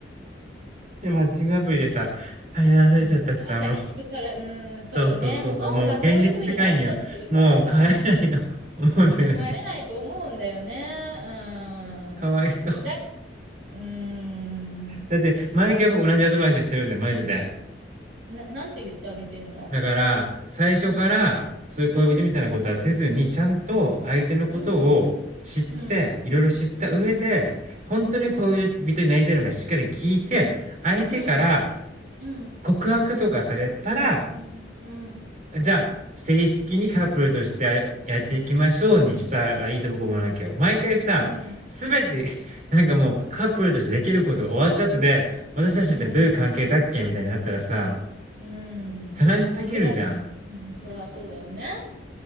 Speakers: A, on the right; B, on the right.
A: で、マッチングアプリでさ、飼いならされちゃったしさ、
B: うん。アサリチクサラ、
A: もう。
B: うん、
A: そうそうそうそう、
B: そうね。もう脳がそういう風になっちゃってるからさ、
A: もう現実世界には、もう帰れないと <laughs> 思うんだよね。
B: そこ入れないと思うんだよね。
A: かわいそう。
B: うーん。だ、うーん。
A: だって、毎回僕同じアドバイスしてるんで、
B: だ、
A: マジで。
B: な、なんて言ってあげてるの
A: だから、最初から、
B: うん。
A: そういう恋人みたいなことはせずに、
B: うん。
A: ちゃんと相手のことを知って、
B: うん。うん。
A: いろいろ知った上で、
B: うん。
A: 本当に恋人になりたいのかしっかり聞いて、
B: うん。
A: 相手から
B: うん。うん。
A: 告白とかされたら
B: うん。うん。うん。
A: じゃあ、正式にカップルとしてややっていきましょうにしたらいいと僕は思うわけよ。毎回さ、
B: うん。
A: すべて、<laughs> なんかもうカップルとしてできることが終わった後で、私たちってどういう関係だっけみたいになったらさ、
B: うん。うん。
A: 悲しすぎるじゃん。
B: 間違っうん、それはそうだよね。